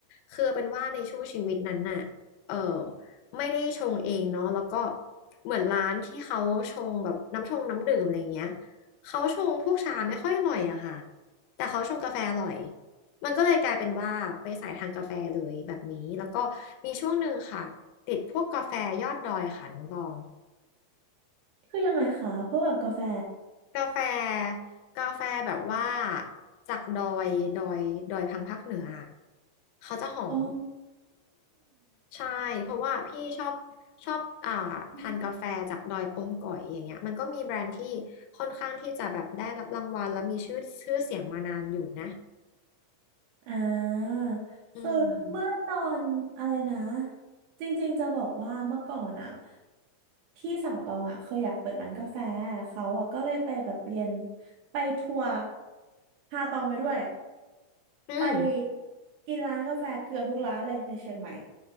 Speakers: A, on the left; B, on the right.
A: คือเป็นว่าในช่วงชีวิตนั้นน่ะเออไม่ได้ชงเองเนาะแล้วก็เหมือนร้านที่เขาชงแบบน้ำชงน้ำดื่มอะไรอย่างเงี้ยเขาชงพวกชาไม่ค่อยอร่อยอะค่ะแต่เขาชงกาแฟอร่อยมันก็เลยกลายเป็นว่าไปสายทางกาแฟเลยแบบนี้แล้วก็มีช่วงหนึ่งค่ะติดพวกกาแฟยอดดอยค่ะน้องตอง
B: คือยังไงคะเพราะแบบกาแฟ
A: กาแฟกาแฟแบบว่าจากดอยดอยดอยพังภาคเหนืออะเขาจะหอม
B: อ๋อ
A: ใช่เพราะว่าพี่ชอบชอบอ่าทานกาแฟจากดอยอมก๋อยอย่างเงี้ยมันก็มีแบรนด์ที่ค่อนข้างที่จะแบบได้รับรางวัลและมีชื่อชื่อเสียงมานานอยู่นะ
B: <laughs> อ่า
A: อืม
B: คือเมื่อตอนอะไรนะจริงๆจะบอกว่าเมื่อก่อนอะพี่สาวตองอะเคยอยากเปิดร้านกาแฟเขาอะก็เลยไปแบบเรียนไปทัวร์พาตองไปด้วย
A: อืม
B: ไปกินร้านกาแฟเกือบทุกร้านเลยในเชียงใหม่